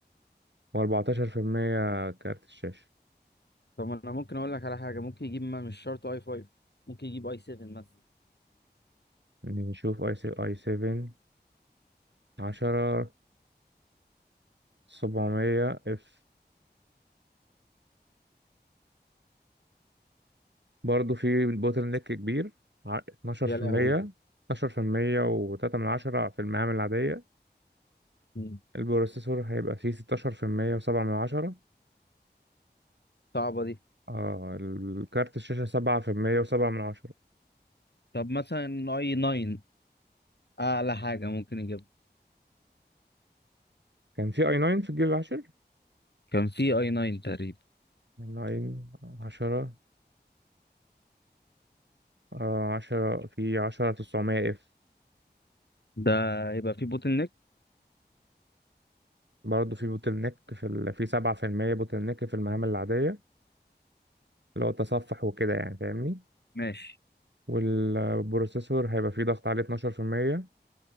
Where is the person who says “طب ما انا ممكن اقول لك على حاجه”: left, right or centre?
Left